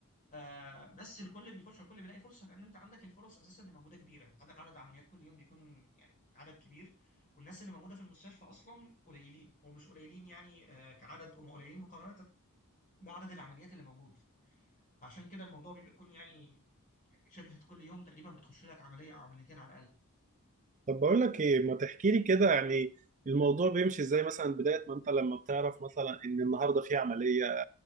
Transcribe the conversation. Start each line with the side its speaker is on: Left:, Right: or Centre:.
Left: آه، بس الكل بيخش والكل بيلاقي فرصه لان انت عندك الفرص اساسا اللي موجوده كبيره عندك عدد عمليات كل يوم بيكون يعني عدد كبير والناس اللي موجوده في المستشفى اصلا قليلين ومش قليلين يعني آه، كعدد هم قليلين مقارنه بعدد العمليات اللي موجود عشان كده الموضوع بيبقى يكون يعني يعني شبه كل يوم تقريبا بتخش لك عمليه او عمليتين على الاقل
Right: طب بقول لك ايه ما تحكي لي كده يعني الموضوع بيمشي ازاي مثلا بداية ما انت لما بتعرف مثلا ان النهارده في عملية